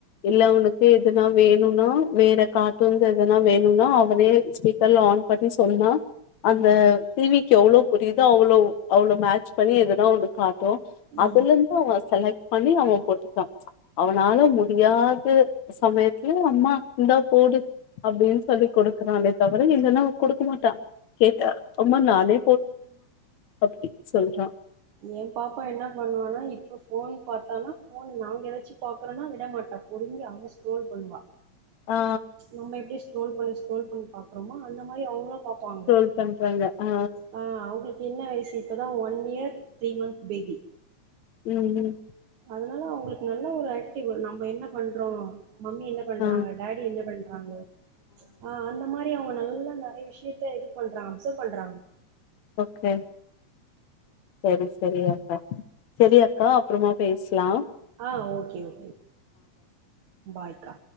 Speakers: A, on the left; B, on the right.
A: இல்ல அவனுக்கு எதுனா வேணுனா வேற கார்ட்டூன்ஸ் எதுனா வேணுனா அவனே ஸ்பீக்கர்ல ஆன் பண்ணி சொன்னா அந்த
B: ம்
A: டீவி எவ்ளோ புரியுதோ அவ்ளோ அவ்ளோ மேட்ச் பண்ணி எதுனா ஒன்னு காட் ட்டு அதுலந்து
B: ம்
A: அவ செலக் பண்ணி அவ போட்டுப்பா அவனால முடியாத சமயத்துல அம்மா இந்தா போடு அப்டின்னு சொல்லி குடுக்குறானே தவிர இல்லனா குடுக்கமாட்டா கேட்டா அம்மா நானே அப்டி சொல்றான்
B: எம் பாப்பா என்ன பண்ணுவானா இப்ப ஃபோன் பாத்தானா ஃபோன் நாங்க ஏதாச்சு பாக்குறோனா விடமாட்டா புடுங்கி அவ ஸ்க்ரோல் பண்ணுவா
A: ஆ
B: நம்ம எப்டி ஸ்க்ரோல் பண்ணி ஸ்க்ரோல் பண்ணி பாக்கறோமா அந்த மாரி அவங்களு பாப்பாங்க
A: ட்ரோல் பண்றாங்க ஆ
B: ஆ அவங்களுக்கு என்ன வயசு இப்பதா one year three month baby
A: ம் ம்
B: அதனால அவங்களுக்கு நல்ல ஒரு ஆக்டிவ் நம்ம என்ன பண்றோ மம்மி என்ன பண்றாங்க
A: ஆ
B: டேடி என்ன பண்றாங்க ஆ அந்த மாரி இப்பவே அவங்க நல்லா நெறைய விஷயத்த இது பண்றாங்க அப்சர்வ் பண்றாங்க
A: ஓகே செரி செரி அக்கா செரி அக்கா அப்பறமா பேசலா
B: ஆ ஓகே ஓகே பாய்கா